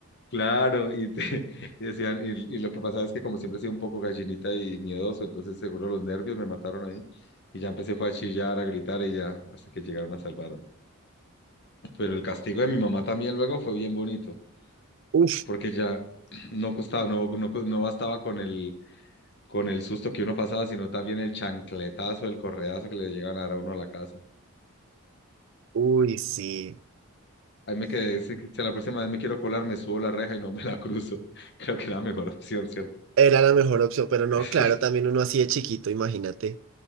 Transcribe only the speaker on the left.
Claro, y, te- y decían, y, y lo que pasaba es que como siempre he sido un poco gallinita y miedoso, entonces seguro los nervios me mataron ahí. Y ya empecé fue a chillar, a gritar y ya, hasta que llegaron a salvar. Pero el castigo de mi mamá también luego fue bien bonito,
porque ya <clears throat> no costaba, no, no, no bastaba con el, con el susto que uno pasaba, sino también el chancletazo, el correazo que le llegan a dar a uno a la casa.
Ahí me quedé, si, si la próxima vez me quiero colar, me subo la reja y no me la cruzo. <laughs> Creo que es la mejor opción, ¿cierto?
<laughs>